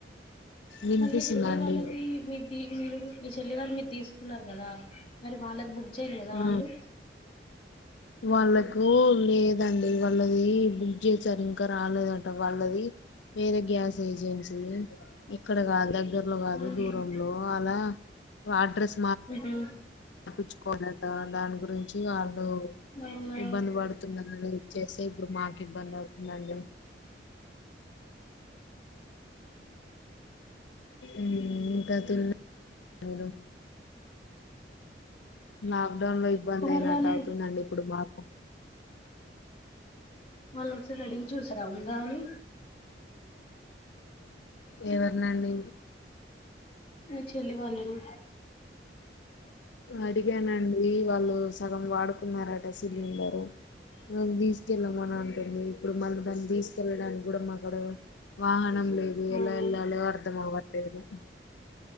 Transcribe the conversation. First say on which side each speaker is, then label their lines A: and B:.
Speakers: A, on the left; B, on the left.
A: వినిపిస్తుందా
B: మరి మీ చెల్లి
A: అండి
B: వాళ్ళది మీది బీ మీరు మీ చెల్లి వాళ్ మీర్ తీసుకున్నారు కదా మరి వాళ్ళక్ బుక్ చేయలేదా
A: హా
B: వాళ్ళు
A: వాల్లద్ కు లేదండి వాళ్ళది బుక్ చేసారు ఇంకా రాలేదంట వాళ్ళది వేరే గ్యాస్ ఏజెన్సీ ఇక్కడ కాదు దగ్గర్లో కాదు
B: ఉహు
A: దూరంలో అలా వాడ్రెస్
B: ఊహు
A: తప్పించుకోలేట దాని గురించి వాళ్ళు
B: అవునా
A: ఇబ్బంది పడుతున్నా ఇచ్చేస్తే ఇప్పుడు మాకు ఇబ్బంది అవుతుందండి ఉమ్ ఇంకా తి అవును లాక్డౌన్ లో ఇబ్బంది
B: మరి
A: అయినట్టు
B: వాళ్ళు
A: అవుతుందండి ఇప్పుడు మాకు
B: వాళ్ళను ఒకసారి అడిగి చూసారా ఉందా అని
A: ఏవర్నండి?
B: మీ చెల్లి వాళ్ళును
A: అడిగానండి వాళ్ళు సగం వాడుకున్నారట సిలిండరు నన్ తీసుకెళ్ళమ అని అంటుంది ఇప్పుడు మళ్ళీ దాన్ని తీసుకెళ్ళడానికి కూడా మాకాడ వాహన నం లేదు
B: అవును
A: ఎలా ఎల్లాలో అర్థమవ్వట్లేదు